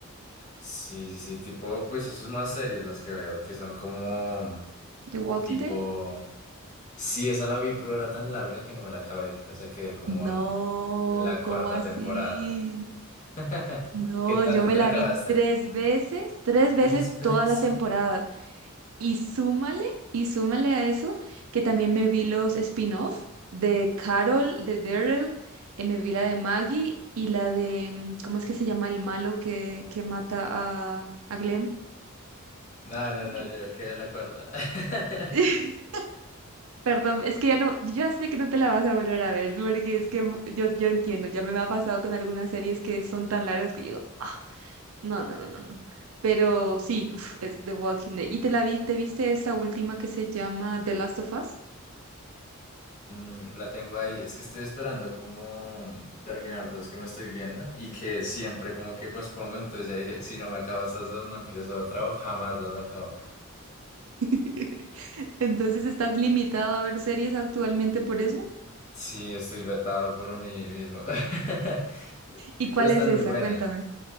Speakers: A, on the left; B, on the right.
A: Sí, sí, sí, tipo, pues eso es más series las que veo, que son como
B: The Walking
A: tipo
B: Dead.
A: Sí, esa la vi, pero era tan larga que no me la acabé. O sea, quedé como
B: No,
A: en, en la cuarta
B: ¿cómo así?
A: temporada. <laughs>
B: No,
A: ¿Qué tal?
B: yo
A: ¿Tú
B: me
A: te
B: la
A: la acabaste?
B: vi tres veces, tres veces
A: Tres veces.
B: todas las temporadas. Y súmale, y súmale a eso que también me vi los spin-off de Carol, de Daryl, eh, me vi la de Maggie y la de, mm, ¿cómo es que se llama el malo que, que mata a, a Glenn?
A: No,
B: Ay,
A: no,
B: no me
A: no,
B: recuerdo.
A: yo quedé en la cuarta. <laughs>
B: <laughs> Perdón, es que ya no, ya sé que no te la vas a volver a ver, porque es que mm, yo, yo entiendo, ya me, me ha pasado con algunas series que son tan largas que digo, ah, no, no, no, no, no. Pero sí, uf, es The Walking Dead. ¿Y te la vi, te viste esta última que se llama The Last of Us?
A: Mm, La tengo ahí. Es que estoy esperando como terminar dos que me estoy viendo y que siempre como que pues pongo. Entonces ya dije, si no me acabo estas dos, no empiezo otra o jamás las acabo.
B: <laughs> Entonces, ¿estás limitado a ver series actualmente por eso?
A: Sí, estoy vetado por mí mismo. <laughs>
B: ¿Y cuál
A: Pero están
B: es esa?
A: muy buenas.
B: Cuéntame.